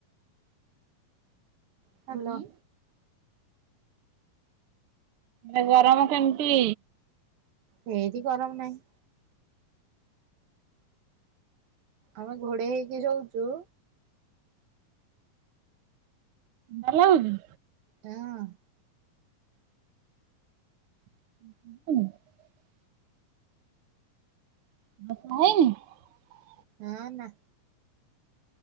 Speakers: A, on the right (about 85°); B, on the right (about 70°).
A: ହ୍ୟାଲୋ
B: ଉଁ ଏ ଗରମ କେମତି?
A: ହେନ୍ତି ଗରମ ନାହିଁ। ଆମେ ଘୋଡେ ହେଇକି ସୋଉଚୁ।
B: ଭଲ ଲାଗୁନି?
A: ହୁଁ।
B: <inaudible> <unintelligible>
A: ହଁ ନା